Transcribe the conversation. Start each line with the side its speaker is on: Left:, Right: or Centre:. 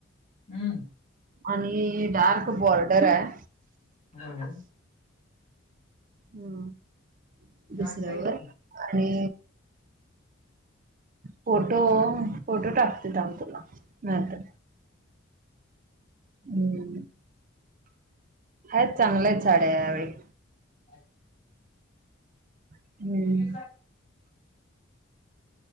Left: हम्म.
Right: आणि डार्क बॉर्डर आहे.
Left: हा हा.
Right: हम,
Left: चांगलंय
Right: दुसऱ्यावर
Left: की.
Right: आणि फोटो फोटो टाकते थांब तुला नाही तर हम् हायच चांगलंय साड्या यावेळी
Left: हा <unintelligible>
Right: हम्म
Left: तुम्ही <unintelligible>